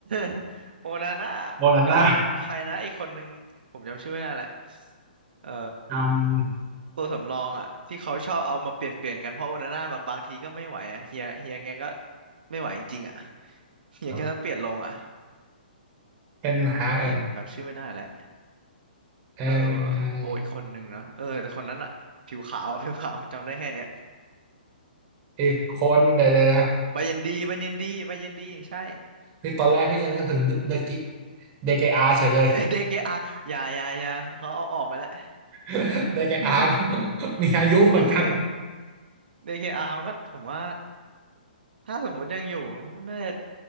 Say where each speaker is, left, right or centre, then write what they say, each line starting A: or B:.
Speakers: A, on the right (about 70°); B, on the right (about 25°).
A: <laughs> โอนาน่า
B: โมนาน่า
A: กับใครนะอีกคนนึงผมจำชื่อไม่ได้แหละเอ่อ
B: จ
A: ตัวสำรองอะที่เขาชอบเอามาเปลี่ยนเปลี่ยนกันเพราะโอนาน่าแบบบางทีก็ไม่ไหวอะเฮียเฮียแกก็ไม่ไหวจริงๆอะเฮียแกต้องเปลี่ยนลงอะ
B: ำครับเป็นฮาร์กเนี่ย
A: นี่ผมจำชื่อไม่ได้แล้ว
B: เออ
A: เออโกอีกคนนึงนะเออแต่คนนั้นอะผิวขาว <laughs> ผิวขาวจำได้แค่เนี้ย
B: อีกคนเดี๋ยวเดี๋ยวนะ
A: บาเย็นดีบาเย็นดีบาเย็นดีใช่
B: พี่ตอนแรกพี่จะนึกถึงเดอะกิเดเกอาเฉยเลย
A: <laughs> เดเดเคอาอย่าอย่าอย่าเขาเอาออกไปแล้ว
B: <laughs> ได้แก่อาร์ค
A: <laughs>
B: <laughs> มีอายุเหมือนกัน
A: โอ้โหเดเคอาร์มันก็ผมว่าถ้าสมมุติยังอยู่ น่าจะ